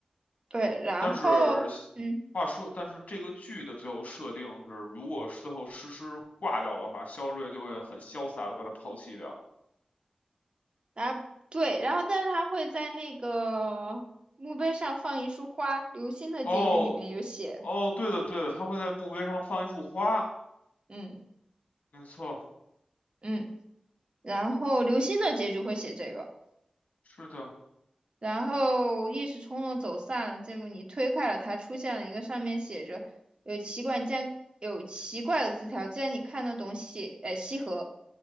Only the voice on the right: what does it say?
对，然后嗯。
然后对，然后但是他会在那个墓碑上放一束花，《流星的结局》里面有写，
嗯
嗯，然后《流星的结局》会写这个。
然后一时冲动走散了。这幕你推开了他，出现了一个上面写着有奇怪，竟然有奇怪的字条。既然你看得懂写，呃，西河，